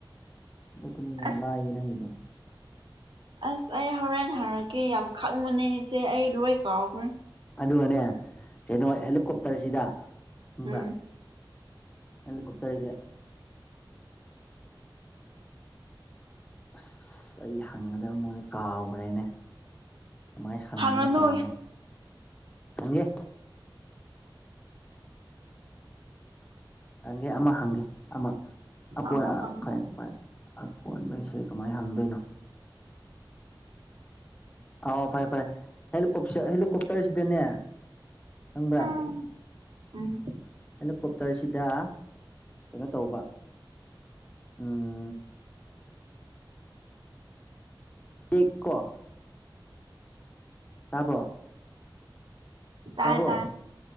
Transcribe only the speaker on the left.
ꯑꯗꯨꯅꯤ ꯌꯥꯝ
ꯂꯥꯏꯌꯦ ꯅꯪꯒꯤꯗꯤ
ꯑꯗꯨꯒꯅꯦ ꯀꯩꯅꯣ ꯍꯦꯂꯤꯀꯣꯞꯇꯔꯁꯤꯗ ꯈꯪꯕ꯭ꯔꯥ
ꯍꯦꯂꯤꯀꯣꯞꯇꯔ ꯖꯦ ꯑꯁ ꯑꯩ ꯍꯪꯒꯗꯕ ꯃꯣꯏꯗ ꯀꯥꯎꯈ꯭ꯔꯦꯅꯦ ꯀꯃꯥꯏ ꯍꯪꯕꯅꯣ
ꯀꯥꯎꯈ꯭ꯔꯦ ꯍꯪꯒꯦ ꯍꯪꯒꯦ ꯑꯃ ꯍꯪꯒꯦ ꯑꯃ ꯑꯥꯀꯣꯏ
ꯑꯥꯀꯣꯏ
ꯑꯀꯣꯟꯕꯩꯁꯦ ꯀꯃꯥꯏ ꯍꯪꯗꯣꯏꯅꯣ ꯑꯣ ꯐꯔꯦ ꯐꯔꯦ ꯍꯦꯂꯤꯀꯣꯞ ꯍꯦꯂꯤꯀꯣꯞꯇꯔꯁꯤꯗꯅꯦ ꯈꯪꯕ꯭ꯔꯥ
ꯍꯦꯂꯤꯀꯣꯞꯇꯔꯁꯤꯗ ꯀꯩꯅꯣ ꯇꯧꯕ ꯎꯝ ꯏ <unintelligible> ꯀꯣ ꯇꯥꯕ꯭ꯔꯣ
ꯇꯥꯕ꯭ꯔꯣ